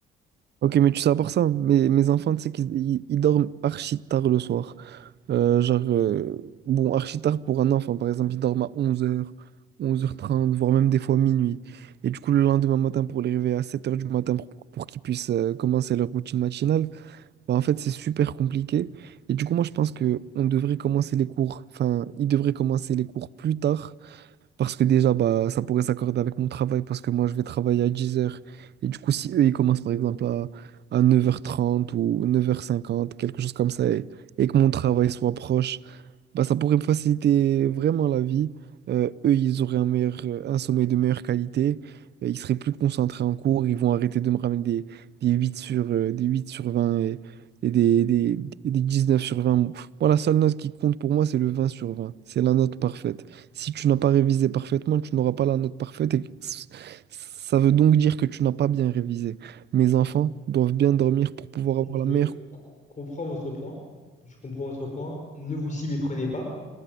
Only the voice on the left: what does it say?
Je
co- comprends votre point. Je comprends votre point. Ne vous y méprenez pas.